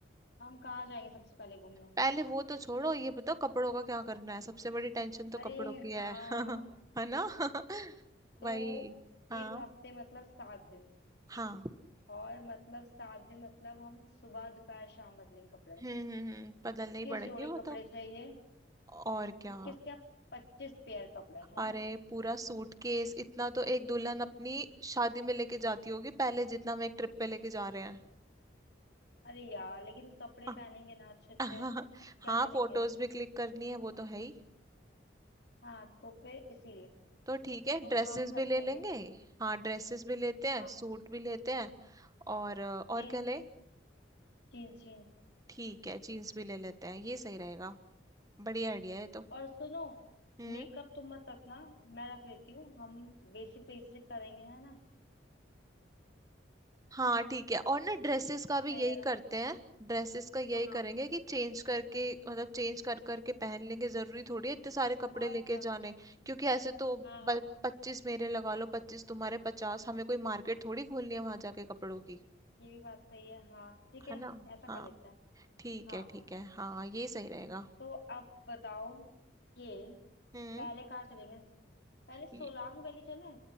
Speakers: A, on the left (about 60°); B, on the right (about 20°).
A: हम कहाँ जाएंगे सबसे पहले घूमने
B: पहले वो तो छोड़ो ये बताओ कपड़ों का क्या करना है सबसे बड़ी टेंशन तो
A: अरे
B: कपड़ों की है
A: हाँ
B: <laughs> है ना <laughs>
A: तो
B: वही हाँ
A: एक हफ्ते मतलब सात दिन
B: हाँ
A: और मतलब सात दिन मतलब हम सुबह दोपहर शाम बदलेंगे कपड़े
B: हम्म हम्म हम्म बदलने
A: इक्कीस
B: ही पड़ेंगे
A: जोड़े
B: वो
A: कपड़े
B: तो
A: चाहिए
B: और क्या
A: इक्कीस क्या पच्चीस पेयर कपड़े है ना
B: अरे पूरा सूटकेस इतना तो एक दुल्हन अपनी शादी में लेके जाती होगी पहले जितना हम एक ट्रिप पे लेके जा रहे हैं
A: अरे यार लेकिन कपड़े
B: <laughs>
A: पहनेंगे ना अच्छे अच्छे
B: अ-
A: क्या
B: हाँ
A: करेंगे
B: फोटोज भी क्लिक करनी है वो तो है ही
A: हाँ तो फिर इसीलिए
B: तो ठीक है ड्रेसेस
A: तो हम रखेंगे
B: भी ले लेंगे हाँ ड्रेसेस भी लेते हैं
A: हाँ
B: सूट भी लेते हैं और और
A: Jeans
B: क्या ले
A: jeans jeans
B: ठीक है जीन्स भी ले लेते हैं ये सही रहेगा बढ़िया आइडिया है ये तो
A: और सुनो
B: हम्म।
A: मेकअप तुम मत रखना मैं रख लेती हूँ हम बेसिक बेसिक करेंगे है ना
B: हाँ ठीक है और ना ड्रेसेस का भी
A: सही
B: यही
A: रहेगा
B: करते हैं ड्रेसेस का यही
A: हाँ
B: करेंगे कि चेंज करके मतलब चेंज कर करके पहन लेंगे जरूरी थोड़ी है इतने सारे कपड़े
A: और
B: लेके
A: क्या
B: जाने क्योंकि ऐसे तो
A: हाँ हाँ
B: पच्चीस मेरे लगा लो पच्चीस तुम्हारे पचास हमें कोई मार्केट थोड़ी खोलनी है वहां जाके कपड़ों की
A: ये भी बात सही है हाँ ठीक है
B: है ना
A: ऐसा
B: हाँ
A: कर लेते हैं
B: ठीक
A: हाँ
B: है ठीक है हाँ ये सही रहेगा
A: तो आप बताओ कि
B: हम्म
A: पहले कहाँ चलेंगे पहले सोलांग
B: ये-
A: वैली चले